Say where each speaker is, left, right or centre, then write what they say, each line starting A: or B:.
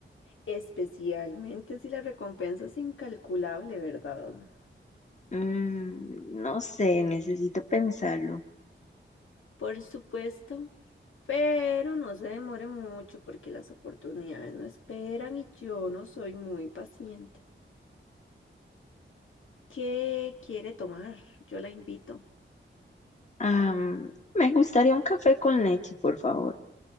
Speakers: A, on the left (about 85°); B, on the left (about 35°).
A: Especialmente si la recompensa es incalculable, ¿verdad?
B: Mm, no sé, necesito pensarlo.
A: Por supuesto, pero no se demore mucho porque las oportunidades no esperan y yo no soy muy paciente. ¿Qué quiere tomar? Yo la invito.
B: Am, me gustaría un café con leche, por favor.